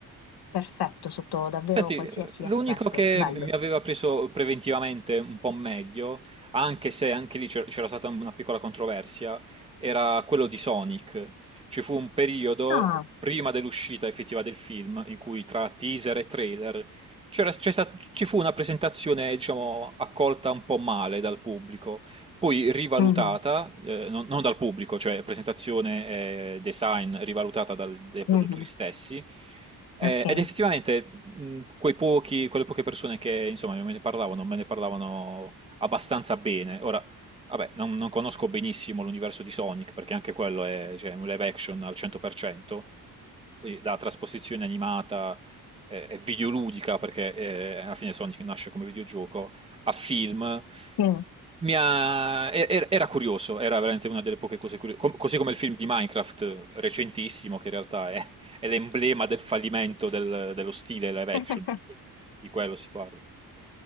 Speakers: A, on the left (about 85°); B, on the right (about 15°).
A: Perfetto, sotto davvero
B: Senti,
A: qualsiasi
B: l'unico
A: aspetto.
B: che
A: Bello.
B: mi aveva preso preventivamente un po' meglio, anche se anche lì c'era c'era stata una piccola controversia, era quello di Sonic. Ci fu un periodo
A: Ah,
B: prima dell'uscita effettiva del film in cui tra teaser e trailer c'era- c'è sta- ci fu una presentazione, diciamo, accolta un po' male dal pubblico, poi rivalutata,
A: mhm,
B: eh, non, non dal pubblico, cioè presentazione e design rivalutata dal- dai produttori
A: mhm,
B: stessi. Eh,
A: ok,
B: ed effettivamente mh, quei pochi, quelle poche persone che insomma me ne parlavano, me ne parlavano abbastanza bene. Ora, vabbè, non, non conosco benissimo l'universo di Sonic, perché anche quello è cioè, un live action al 100%, quindi da trasposizione animata eh, e videoludica, perché eh, alla fine Sonic nasce come videogioco a film,
A: sì.
B: mi ha- e- e- era curioso, era veramente una delle poche cose curiose, Com- così come il film di Minecraft eh, recentissimo, che in realtà è, è l'emblema del fallimento del- dello stile live action,
A: <laughs>
B: perché di quello si parla.